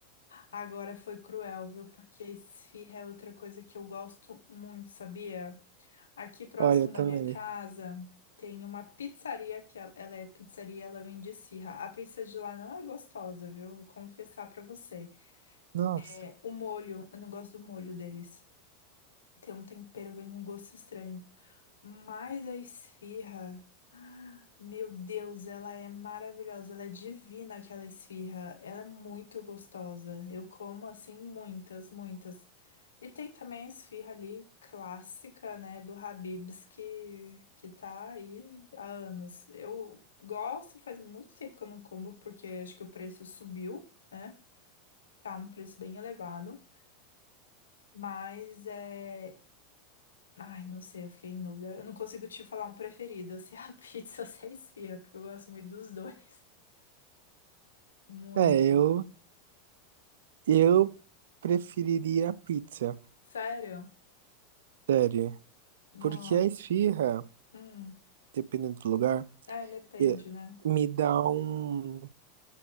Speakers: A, on the left; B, on the right.
A: Agora foi cruel, viu? Porque esfirra é outra coisa que eu gosto muito, sabia? Aqui próximo
B: Olha, eu também.
A: da minha casa tem uma pizzaria que ela ela é pizzaria, ela vende esfirra. A pizza de lá não é gostosa, viu? Vou confessar pra você.
B: Nossa.
A: É, o molho, eu não gosto do molho deles. Tem um tempero, vem com um gosto estranho. Mas a esfirra, ah, meu Deus, ela é maravilhosa, ela é divina aquela esfirra, ela é muito gostosa. Eu como assim muitas, muitas. E tem também a esfirra ali clássica, né, do Habib's que que tá aí há anos. Eu gosto, faz muito tempo que eu não como porque acho que o preço subiu, né? Tá um preço bem elevado, mas é Ai, não sei, eu fiquei em dúvida. Eu não consigo te falar um preferido, se é a <laughs> pizza ou se é a esfirra, porque eu gosto muito dos dois. Muito.
B: É, eu, eu preferiria a pizza.
A: Sério?
B: Sério.
A: Nossa.
B: Porque a esfirra,
A: Hum.
B: dependendo do lugar,
A: É, depende,
B: é-
A: né?
B: me dá um